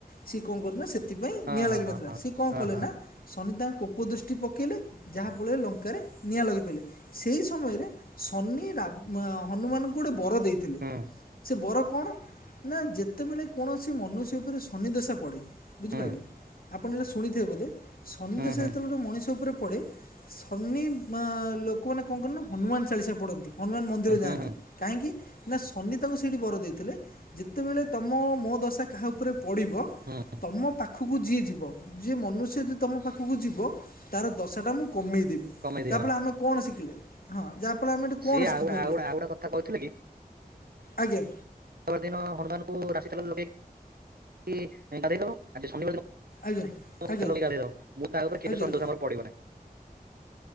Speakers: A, on the left; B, on the right.
A: ସିଏ କଣ କ ନା ସେଥିପାଇଁ
B: ହଁ
A: ନିଆଁ
B: ହଁ
A: ଲାଗିିନଥିଲା
B: ହଁ ହଁ
A: ସିଏ କଣ
B: ହଁ
A: କଲେ
B: ହଁ ହଁ
A: ନା ସନି ତାଙ୍କ କୋପ ଦୃଷ୍ଟି ପକେଇଲେ ଯାହା ଫଳରେ ଲଙ୍କାରେ ନିଆଁ ଲଗେଇ ପାଇଲେ। ସେହି ସମୟରେ ଶନି ରା ହନୁମାନ ଗୋଟେ ବର ଦେଇଥିଲେ
B: ହୁଁ
A: ସେ ବର କଣ ନା ଯେ ସେତେବେଳେ କୌଣସି ମନୁଷ୍ୟ ଉପରେ ସନିଦଶା ପଡ଼େ ବୁଝିପାରିଲେ,
B: ହୁଁ
A: ଆପଣ ଏଟା ଶୁଣିଥିବେ ବୋଧେ ଶନି
B: ହୁଁ
A: ଦଶା
B: ହୁଁ
A: ଯେତ
B: ହୁଁ ହୁଁ
A: ଗୋଟେ ମଣିଷ ଉପରେ ପଡ଼େ ଶନି ଲୋକମାନେ କଣ କରନ ହନୁମାନ ଚାଳିଶା ପଡନ୍ତି ହନୁମାନ ମନ୍ଦିର ଯାଆନ୍ତି।
B: ହୁଁ ହୁଁ ହୁଁ ହୁଁ ହୁଁ ହୁଁ
A: କାହିଁକି ନା ଶନି ତାଙ୍କୁ ସେଇଠି ବର ଦେଇଥିଲେ, ଯେତବେଳେ ତମ ମୋ ଦଶା କାହା ଉପରେ ପଡ଼ିବ
B: ହୁଁ ହୁଁ ହଁ
A: ତମ ପାଖକୁ ଯିଏ ଯିବ ଯିଏ ମନୁଷ୍ୟ ଯି ତମ ପାଖକୁ ଯିବ ତାର ଦଶା ଟା ମୁଁ କମେଇ ଦେବି
B: କମେଇଦି
A: ତା
B: ହଁ
A: ଫଳ ଆମେ କଣ ଶିଖିଲେ? ଯା ଫଳ ଆମେ କଣ
B: ସିଏ
A: ସିଖିପାଇଲେ
B: ଆଉ ଗୋଟେ- ଆଉ ଗୋଟେ- ଆଉ ଗୋଟେ କଥା କହିଥିଲେ
A: ଆଜ୍ଞା।
B: ଶବାର ଦିନ ହନୁମାନଙ୍କୁ ରାଶି ତେଲ ଲଗେଇ <unintelligible> ଆଜି ଶନିବାର
A: ଆଜ୍ଞା
B: <unintelligible>
A: ଆଜ୍ଞା ଆଜ୍ଞା